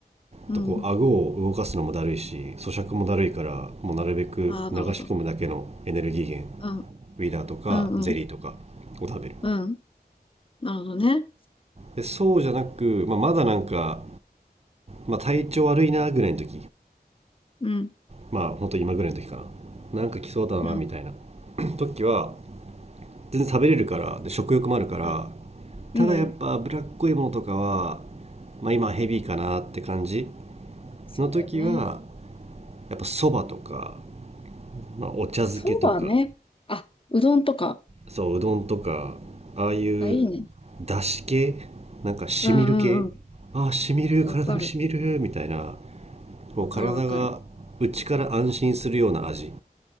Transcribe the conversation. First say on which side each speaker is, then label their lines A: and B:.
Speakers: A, on the left (about 35°); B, on the right (about 40°).
A: うん。
B: とこう顎を動かすのもだるいし咀嚼もだるいからもうなるべく流し込むだけのエネルギー源
A: ああ、なるほど。うん、
B: ウィダーとかゼリーとかを食べる
A: うん、うん、うん。なるほどね。
B: でそうじゃなく、まあ、まだなんか、まあ、体調悪いなぐらいの時
A: うん。
B: まあ本当今ぐらいの時かななんか来そうだなみたいな
A: うん
B: <clears throat> 時は全然食べれるからで食欲もあるから
A: うん。うん。
B: ただやっぱ脂っこいものとかは、まあ、今ヘビーかなって感じ
A: そうだよね。
B: の時はやっぱそばとか、まあ、お茶漬けとか、
A: あ、そばね。あ、うどんとか。
B: そう、うどんとか、ああいう、
A: あ、いいね。
B: だし系なんかしみる系ああ、
A: うんうんう
B: しみる、
A: ん。
B: 体にしみる、
A: わかる。
B: みたいな、
A: わかるわかる。
B: もう体が内から安心するような味